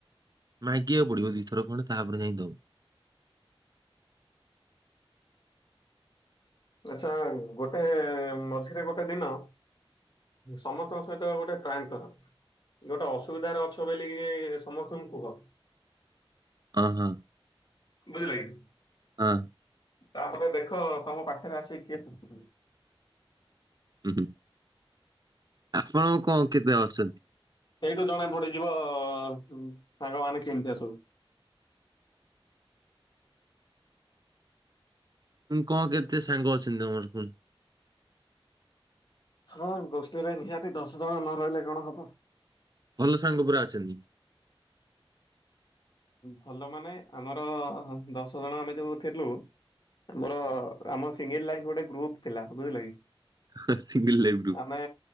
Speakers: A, on the right; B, on the left.
A: ମାଗିବାକୁ ପଡିବ ଦିଥର ଖଣ୍ଡେ ତାପରେ ଯାଇଁଦବ
B: ଆଛା ଗୋଟେ ମଝିରେ ଗୋଟେ ଦିନ ସମସ୍ତଙ୍କ ସହିତ ଗୋଟେ ପ୍ରାଙ୍କ୍ କର। ଗୋଟେ ଅସୁବିଧାରେ ଅଛ ବୋଲି କି ସମସ୍ତଙ୍କୁ କୁହ।
A: ଓହୋ।
B: ବୁଝିଲେ କି।
A: ହଁ।
B: ତାପରେ ଦେଖ ତମ ପାଖରେ ଆସିକି କିଏ
A: ହୁଁ -ହୁଁ ଆପଣଙ୍କ କେବେ ଅସନ୍ତି।
B: ସେଇଠୁ ଜଣାପଡିଯିବ ସାଙ୍ଗମାନେ କେମିତିଆ ସବୁ।
A: ତ କଣ କେତେ ସାଙ୍ଗ ଅଛନ୍ତି ତମର ପୁଣି?
B: ହଁ ଗୋଷ୍ଠୀରେ ନିହାତି ଦଶ ଜଣ ନ ରହିଲେ କଣ ହବ
A: ଭଲ ସାଙ୍ଗ ପୁରା ଅଛନ୍ତି।
B: ଭଲ ମାନେ ଆମର ଦଶ ଜଣ ଆମେ ଯୋଉ ଥେଲୁ ଆମର ଆମ ସିଙ୍ଗିଲ୍ ଲାଇଫ୍ ଗୋଟେ ଗ୍ରୁପ ଥିଲା ବୁଝିଲ କି
A: ହଁ ସିଙ୍ଗଲ ଲାଇଫ ଗ୍ରୁପ
B: ଆମେ